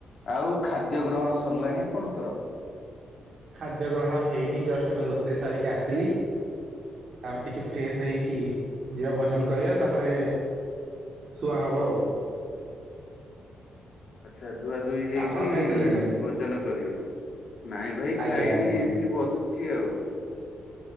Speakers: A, on the left; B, on the right.
A: ଆଉ ଖାଦ୍ୟ ଗ୍ରହଣ ସରିଲାଣି ଆପଣଙ୍କର?
B: ଖାଦ୍ୟ ଗ୍ରହଣ ହେଇନି ଜଷ୍ଟ ଏବେ ରୋଷେଇ ସାରିକି ଆସିଲି। ତାପରେ ଟିକେ ଫ୍ରେଶ ହେଇକି ଯିବା ଭୋଜନ କରିବା ତାପରେ ଶୁଆ ହବ ଆଉ।
A: ଆଛା ଧୁଆଧୁଇ ହେଇକି
B: ଆପଣ ଖାଇସାରିଲେଣି
A: ଭୋଜନ କରିବେ? ନାଇଁ ଭାଇ ଖାଇନି
B: ଆଜ୍ଞା ଆଜ୍ଞା
A: ଏମତି ବସିଛି ଆଉ।